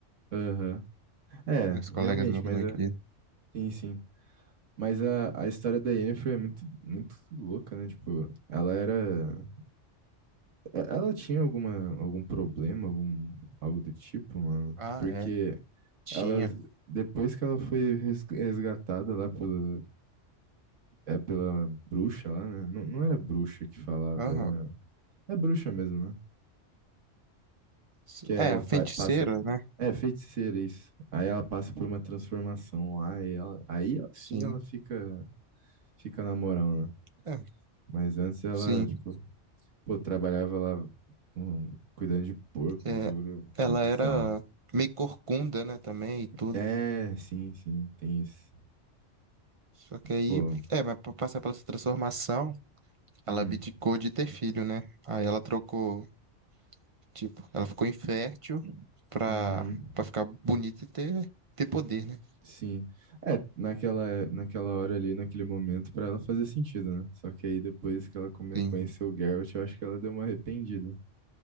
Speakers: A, on the right; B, on the right.
A: aham. É,
B: Meus colegas
A: realmente,
B: meus também
A: mas é,
B: queriam.
A: sim, sim. Mas a, a história da Yennefer é muito, muito louca, né? Tipo, ela era É, Ela tinha alguma, algum problema, algum, algo do tipo, mano?
B: Ah,
A: Porque
B: é, tinha.
A: ela, depois que ela foi res- resgatada lá pela, é, pela bruxa lá, né? Não, não era bruxa que falava,
B: Aham.
A: era... É bruxa mesmo, né?
B: Sim.
A: Que ela
B: É,
A: fa-
B: feiticeira,
A: passa...
B: né?
A: É, feiticeira, isso. Aí ela passa por uma transformação lá e ela... Aí sim
B: Sim,
A: ela fica, fica na moral, né?
B: é,
A: Mas antes ela,
B: sim.
A: tipo, pô, trabalhava lá com- cuidando de porco,
B: É,
A: uns bagulho
B: ela
A: meio bizarro.
B: era meio corcunda, né, também e tudo.
A: É, sim, sim, tem isso.
B: Só que aí,
A: Pô,
B: é, mas pra passar pela transformação.
A: hum,
B: ela abdicou de ter filho, né? Aí ela trocou, tipo, ela ficou infértil pra,
A: uhum,
B: pra ficar bonita e ter, ter poder, né?
A: sim. É, naquela, naquela hora ali, naquele momento, pra ela fazer sentido, né? Só que aí depois que ela come-
B: Sim,
A: conheceu o Geralt, eu acho que ela deu uma arrependida.